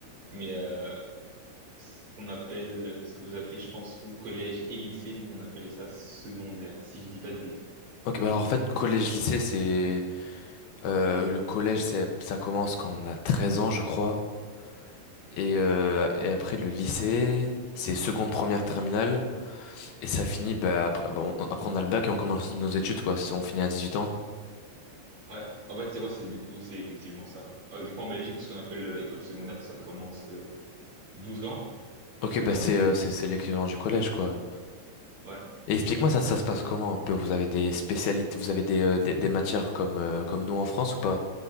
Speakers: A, on the right (about 45°); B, on the left (about 75°).
A: mais euh, ce qu'on appelle, ce que vous appelez, je pense, vous, collège et lycée, nous, on appelait ça secondaire, si je dis pas de bêtises.
B: Ok, bah alors en fait collège
A: Ouais,
B: lycée c'est euh, le collège c'est ça commence quand on a 13 ans je crois
A: ok.
B: et euh, et après le lycée c'est seconde première terminale et ça finit bah après bon, on- après on a le bac et on commence nos études quoi, C'est- on finit à 18 ans.
A: Ouais. En fait, c'est ouais, c'est du coup, c'est effectivement ça. Euh, du coup, en Belgique, ce qu'on appelle euh, école secondaire, ça commence euh, 12 ans et
B: Ok
A: ça
B: bah
A: termine
B: c'est
A: à
B: euh,
A: 18.
B: c'est c'est l'équivalent du collège quoi.
A: Ouais.
B: Et explique-moi, ça, ça se passe comment un peu? Vous avez des spécialités, vous avez des, euh, des, des matières comme, euh, comme nous en France ou pas?